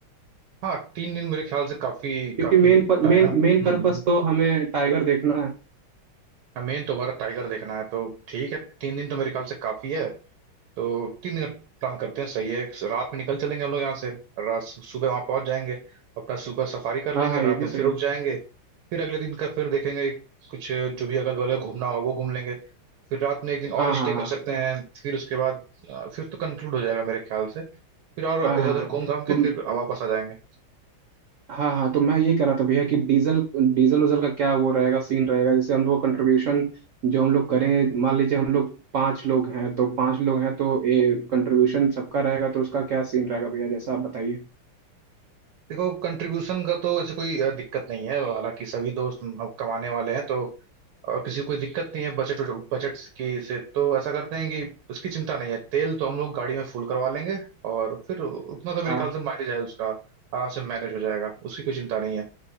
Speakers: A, on the right; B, on the right.
A: हाँ तीन दिन मेरे ख्याल से काफी
B: क्योंकि
A: काफी
B: मेन पर
A: टाइम
B: मेन
A: है हम्म
B: मेन पर्पस तो हमें टाइगर देखना है
A: हमें दोबारा टाइगर देखना है तो ठीक है तीन दिन तो मेरे ख्याल से काफी है तो तीन दिन का प्लान करते हैं सही है रात में निकल चलेंगे हम लोग यहाँ से रात सुबह वहां पहुंच जाएंगे अपना सुबह सफारी कर लेंगे
B: हाँ हाँ
A: रात
B: ये भी
A: में
B: सही
A: फिर
B: है
A: रुक जाएंगे फिर अगले दिन का फिर देखेंगे कुछ जो भी अगल बगल घूमना होगा वो घूम लेंगे फिर रात में एक दिन और
B: हाँ
A: स्टे
B: हाँ
A: कर
B: हाँ
A: सकते हैं फिर उसके बाद अ, फिर तो कंक्लूड हो जाएगा मेरे ख्याल से फिर और
B: हाँ
A: इधर
B: हाँ
A: उधर घूम घाम
B: तो
A: के फिर वापस आ जाएंगे
B: हाँ हाँ तो मैं ये कह रहा था भैया कि डीजल डीजल उजल का क्या वो रहेगा सीन रहेगा जैसे हम लोग कंट्रीब्यूशन जो हम लोग करेंगे मान लीजिए हम लोग पांच लोग हैं तो पांच लोग हैं तो ये कंट्रीब्यूशन सबका रहेगा तो उसका क्या सीन रहेगा भैया जैसा आप बताइए
A: देखो कंट्रीब्यूशन का तो ऐसे कोई अ, दिक्कत नहीं है हालांकि सभी दोस्त हम कमाने वाले हैं तो अ, किसी को कोई दिक्कत नहीं है बजट बजट की से तो ऐसा करते हैं कि उसकी चिंता नहीं है तेल तो हम लोग गाड़ी में फुल करवा लेंगे और फिर उतना तो मेरे
B: हाँ
A: ख्याल से माइलेज है उसका आराम से मैनेज हो जाएगा उसकी कोई चिंता नहीं है